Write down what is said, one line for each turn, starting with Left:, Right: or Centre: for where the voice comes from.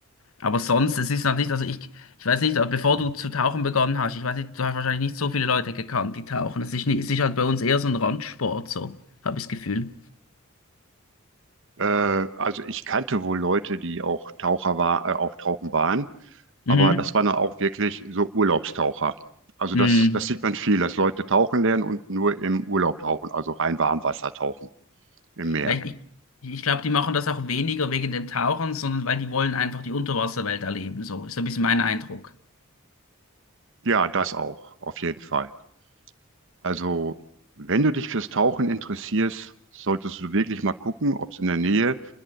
Left: Aber sonst, es ist natürlich, also ich, ich weiß nicht, bevor du zu tauchen begonnen hast, ich weiß nicht, du hast wahrscheinlich nicht so viele Leute gekannt, die tauchen. Es ist, nicht, es ist halt bei uns eher so ein Randsport, so, habe ich das Gefühl.
Right: Äh, also ich kannte wohl Leute, die auch Taucher war, äh, auch tauchen waren, aber
Left: Mhm.
Right: das waren dann auch wirklich so Urlaubstaucher. Also
Left: Mhm.
Right: das, das sieht man viel, dass Leute tauchen lernen und nur im Urlaub tauchen, also rein Warmwasser tauchen im Meer.
Left: Ja, ich, ich, ich glaube, die machen das auch weniger wegen dem Tauchen, sondern weil die wollen einfach die Unterwasserwelt erleben, so. Ist so ein bisschen mein Eindruck.
Right: Ja, das auch, auf jeden Fall. Also wenn du dich fürs Tauchen interessierst, solltest du wirklich mal gucken, ob es in der Nähe